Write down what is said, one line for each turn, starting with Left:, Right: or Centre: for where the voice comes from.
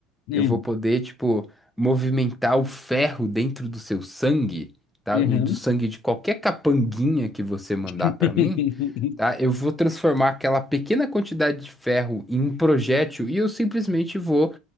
Left: Hum,
Centre: Eu vou poder, tipo, movimentar o ferro dentro do seu sangue, tá?
Left: uhum.
Centre: O do sangue de qualquer capanguinha que você mandar
Left: <laughs>
Centre: pra mim, tá? Eu vou transformar aquela pequena quantidade de ferro em um projétil e eu simplesmente vou